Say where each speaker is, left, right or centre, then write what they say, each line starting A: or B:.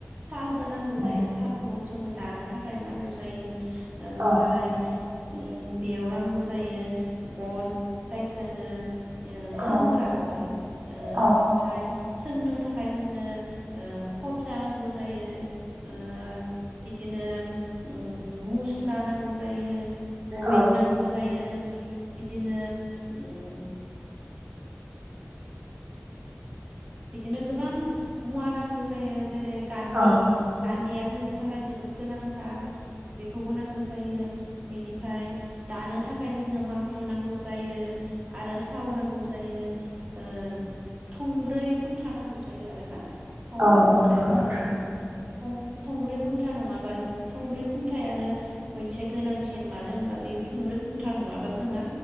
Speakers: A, on the right; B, on the right.
A: सालबो नांगौ
B: औ
A: जायो सालखौ जोङो दानो थाखाय नांगौ जायो ओमफ्राय
B: औ
A: उम बेयाव नांगौ जायो गन जायखो होनो ओ सोंग्रा
B: औ
A: गन ओ
B: औ
A: ओमफाय सोंनो थाखाय जोंनो ओ खबजा नांगौ जायो ओ बिदिनो उम मुस्रा नांगौ जायो बबिन
B: औ
A: नांगौ जायो। बिदिनो उम बिदिनो गोबां मुवा नांगौ जायो जेरै गान्धी
B: औ
A: गा दिया जोंनि थाखाय जोबोद गोनांथार बेखौबो नांगो जायो बिनिफाय दानो थाखाय जोंनो माखु नांगौ जायो आरो साल नांगौ जायो। ओ थंब्रै खुन्था नांगौ जायो आरो ना।
B: औ
A: थंब्रै
B: औ
A: खुन्थायाव
B: नंगौ नोंथां
A: <unintelligible> थं थंब्रै खुन्था नङाबा थंब्रै खुन्थायानो बयनिसाय गोनांसिन मानो होनबा बे थंब्रै खुन्था नङबा जोंङा